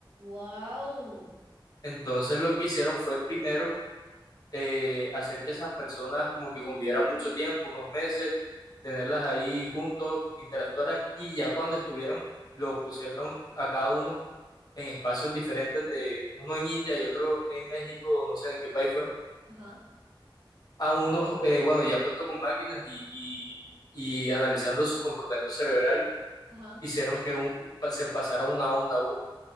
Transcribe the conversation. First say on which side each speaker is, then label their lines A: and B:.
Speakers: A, on the right; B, on the left.
A: ¡Wow!
B: Entonces lo que hicieron fue primero eh, hacer que esas personas como que convivieran mucho tiempo, unos meses, tenerlas ahí juntos, interactuaran, y ya cuando estuvieron, los pusieron a cada uno en espacios diferentes de uno en India y otro en México, no sé en qué país fue,
A: Ajá,
B: a uno, eh, bueno, ya puesto con máquinas y, y- y analizando su comportamiento cerebral,
A: ajá.
B: hicieron que un- pa- se pasara una onda a uno.